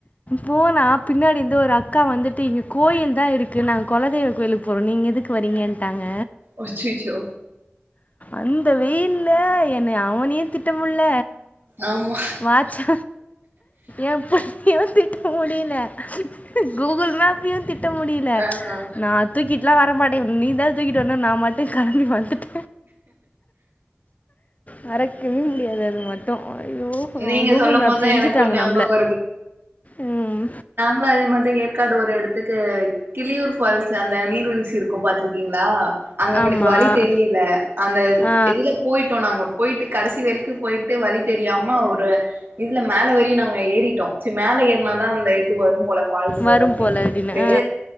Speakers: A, on the left; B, on the right.
A: போனா பின்னாடிந்து ஒரு அக்கா வந்துட்டு இங்க கோயில்தா இருக் கு நாங்க கொலதெய்வ கோயிலுக்கு போறோ நீங்க எதுக்கு வரீங்கன்ட்டாங்க
B: ஒச்சிச்சோ
A: அந்த வெயில்ல என்ன அவனியு திட்டமுள்ள
B: ஆமா
A: வாட்சு என் பையனு திட்ட முடில கூகுள் மேப் இப்பியு திட்ட முடில
B: ஆ
A: நா தூக்கிட்டுலா வர மாட்டே நீ தா தூக்கிட்டு வர்னு நா பாட்டுக் கெளம்பி வந்துட்ட மறக்கவே முடியாது அது மட் ஐயோ
B: நீங்க
A: கூகுள்
B: சொல்லும்
A: மேப்
B: போதுதா
A: செஞ்சுட்டாங்க
B: எனக்கு ஞாபகோ
A: நம்ள ம்
B: ங்க அதே மாதி ஏற்காடு ஒரு எடத்துக்கு கிளியூர் ஃபால்ஸ் அந்த நீர்வீழ்ச்சி இருக்கு பாத்துருக்கீங்களா அங்க எங்களுக்கு
A: ஆமாம்
B: வழி தெரியல அந்த
A: ஆ
B: இது இதுல போயிட்டோ நாங்க போயிட்டு கடைசி வரைக்கு போயிட்டு வழி தெரியாம ஒரு இதுல மேல வரி நாங்க ஏறிட்டோ செரி மேல ஏர்னாதா அந்த இது வரும் போல ஃபால்ஸ்சு
A: வரும்
B: அப்டின்
A: போல்
B: சொல்ட்டு
A: அப்படின்னு ஆ